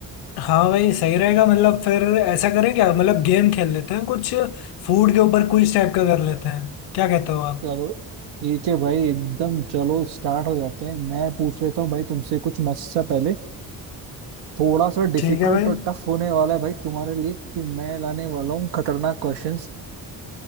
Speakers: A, on the left; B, on the right.
A: हाँ भाई सही रहेगा मतलब फिर ऐसा करें क्या मतलब गेम खेल लेते हैं कुछ फूड के ऊपर क्विज टाइप का कर लेते हैं क्या कहते हो आप
B: चलो ठीक है भाई एकदम चलो स्टार्ट हो जाते हैं मैं पूछ लेता हूँ भाई तुमसे कुछ मस्त सा पहले थोड़ा सा डिफिकल्ट
A: ठीक है भाई
B: और टफ होने वाला है भाई तुम्हारे लिए क्योंकि मैं लाने वाला हूँ खतरनाक क्वेश्चंस